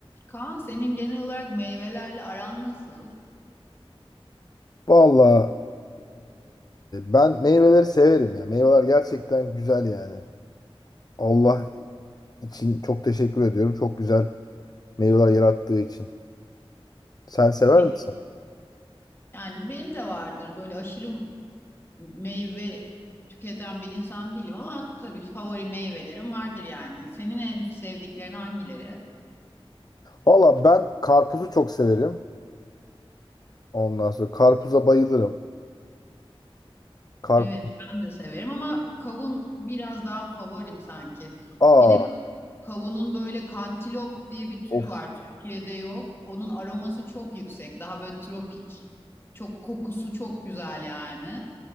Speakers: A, on the left; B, on the left.
A: Kaan senin genel olarak meyvelerle aran nasıl?
B: Valla ben meyveleri severim ya. Meyveler gerçekten güzel yani. Allah için çok teşekkür ediyorum. Çok güzel meyveler yarattığı için. Sen sever
A: Peki.
B: misin?
A: Yani benim de vardır böyle aşırı meyve tüketen bir insan değilim ama tabii favori meyvelerim vardır yani. Senin en sevdiklerin hangileri?
B: Valla ben karpuzu çok severim. Ondan sonra karpuza bayılırım. Karpuz.
A: Evet ben de severim ama kavun biraz daha favorim sanki.
B: Aa,
A: Bir de ka- kavunun böyle kantilop diye bir türü
B: of.
A: var. Türkiye'de yok. Onun aroması çok yüksek. Daha böyle tropik. Çok kokusu çok güzel yani.